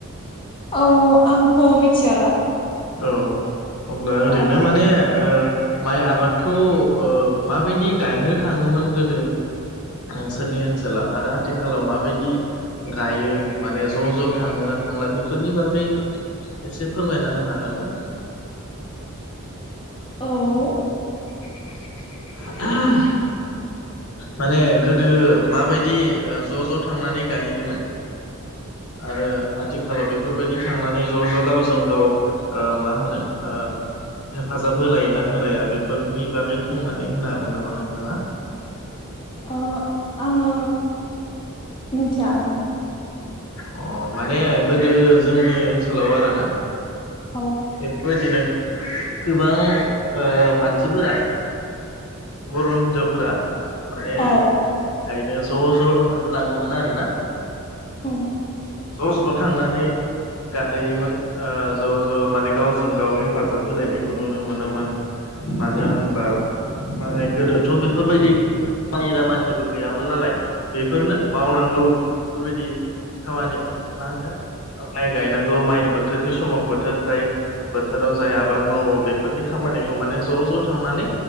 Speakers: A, on the left (about 25°); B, on the left (about 75°).
A: औ आंथ' मिथिया दा
B: औ अब्ला ओरैनो
A: औ
B: माने ओ माइ आबादखौ ओ माबायदि गायनो थाङोमोन गोदो नोंसोरनि ओनसोलाव आरो आथिखालाव माबायदि गायो माने ज' ज' थाङो ना थांला बेफोरनि बागै एसे फोरमायना होनो हागोन ना
A: औ
B: आ माने गोदो माबायदि ज' ज' थांनानै गायहैयोमोन। आरो आथिखालाव बेफोरबायदि थांनानै ज' ज' गावजों गाव मा होनो ओ हेफाजाब होलाय ना होलाया बेफोरनि बागै बुंनानै होनो हागोन नामा नोंथाङा?
A: अ आङो मिथिया नोंथां।
B: अ माने गोदो जोंनि ओनसोलाव आरोना
A: औ
B: बेबायदिनो गोबां ओ मानसिफोरा बर' हिनजावफोरा माने
A: औ
B: गायैनो ज' ज' ओंखारलाङोमोन आरोना।
A: औ
B: ओ ज' ज' थांनानै गाहोयोमोन ओ ज' ज' माने गावजों गाव हेफाजाब होलायनायखौ नुनो मोनोमोन। मानो होनब्ला माने गोदोथ' बेफोरबायदि खामानि दामानिबो गैयामोन नालाय बेफोरनो मावनांगौ बेफोरबायदि खामानि मा होनो माइ गायनांगौ माइ बोथोरनि समाव बोथोर जाय बोथोराव जाय आबाद मावो बेफोरनि खामानिखौ माने ज' ज' थांनानै